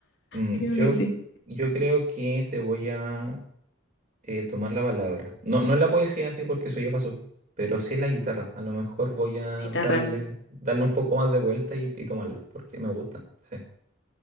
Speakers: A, on the right; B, on the left.
A: Mm,
B: Creo
A: yo,
B: que sí.
A: yo creo que te voy a eh, tomar la palabra. No, no en la poesía, sí, porque eso ya pasó, pero sí en la guitarra. A lo mejor voy a
B: La guitarra.
A: darle, darle un poco más de vuelta y, y tomarla, porque me gusta, sí. Me